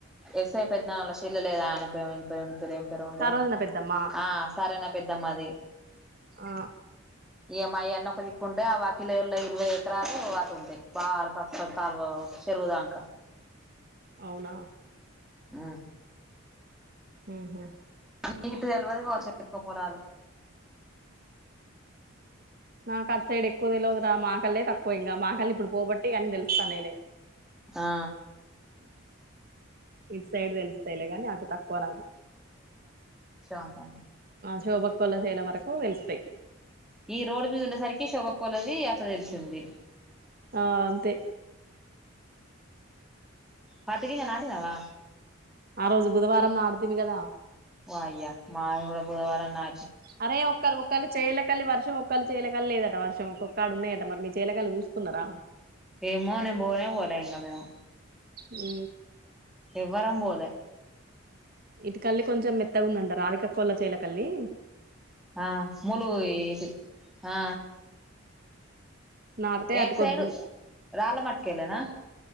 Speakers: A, in the centre; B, on the right.
A: ఎస్ఐ పెద్దనాన్న వోలె సెల్లే లేదా ఆమె పేరు ఏం పే రో ఉండే
B: సరోజన పెద్దమ్మ
A: ఆ సరేనా పెద్దమ్మాది
B: ఆ
A: ఇగ మాయి అన్ని ఒక దిక్కుంటాయి ఆ వాకిలల్లో ఇరవై ఎకరాలు అటు ఉంటాయి బా అటు కాలువ చెరువుదాంకా
B: అవునా
A: ఆ
B: ఉహు
A: నీకు ఇటు తెలివది కావచ్చు ఎక్కువ పొలాలు
B: నాకు అటు సైడ్ ఎక్కువ తెలువదు రా మాకళ్లేే తక్కువ ఇంకా మాకల్లే ఇప్పుడు పోబట్టి అని తెలుసు తెలుస్తాన్నయి లే
A: ఆ
B: ఇటు సైడ్ తెలుస్తాయిలే కానీ అటు తక్కువ నాకు
A: అంతా అంతే
B: శోభక్క కొల చేల వరకు వెలుస్తాయి.
A: ఈ రోడ్డు మీద ఉండే సరికి శోబొక్కలది త్త తెలిసింది
B: ఆ అంతే
A: పత్తి గింజలు నాటినవా
B: ఆ రోజు బుధవారం నాడుతిమి కదా
A: ఓ అయ్యా మాది కూడా బుధవారం నా
B: అరే ఒక్కలు మొక్కలు చేయలే ఒక్కలి వర్షం ఒక్కళ్ళీ చెలకల లేదట వర్షం ఒక్కొకడ ఉన్నాయట మరి మీ చేలకల చూసుకున్నర
A: ఎమ్మో నేను బోనే వోలె ఇంగా మేము
B: ఉ
A: ఎవ్వరం బోలే
B: ఇటుకల్లి కొంచెం మెత్తగున్నంట రాధికక్కోళ్ళ చెలకల్లి
A: ఆ ముూలు ఎతు ఆ
B: నాడితే
A: ఎటు
B: అటుకొద్దు
A: సైడు రాళ్ళ మట్టుకెళ్ళేనా